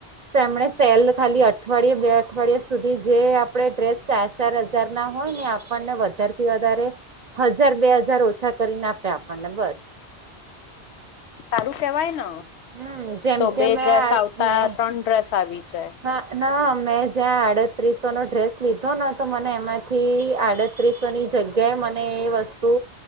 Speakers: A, on the right; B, on the left.
A: તો એમણે સેલ ખાલી અઠવાડિયે બે અઠવાડિયા સુધી જે આપડે ડ્રેસ ચાર ચાર હજ જાર ના હોય ને આપણને વધાર થી વધારે હજાર બે હજાર ઓછા કરીને આપે આપણને બસ
B: સારું કેવાય ન
A: હમ જેમ
B: તો બે
A: કે મેં
B: ડ્રેસ આવતા
A: મેં
B: ત્રણ ડ્રેસ આવી જાય
A: હા ના મેં જ્યાં આડત્રીસો નો ડ્રેસ લીધો ને તો મને એમાંથી આડ ત્રીસોની જગ્યાએ મને એ વસ્તુ